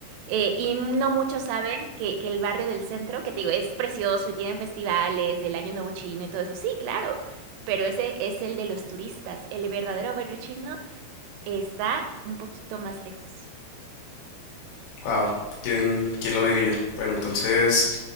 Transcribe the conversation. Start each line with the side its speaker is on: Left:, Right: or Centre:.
Right: Eh, y no muchos saben que, que el barrio del centro, que te digo, es precioso y tienen festivales, el Año Nuevo Chino y todo eso. Sí, claro, pero ese es el de los turistas. El verdadero barrio chino está un poquito más lejos.
Left: Wow, ¿quién, quién lo diría? Bueno, entonces...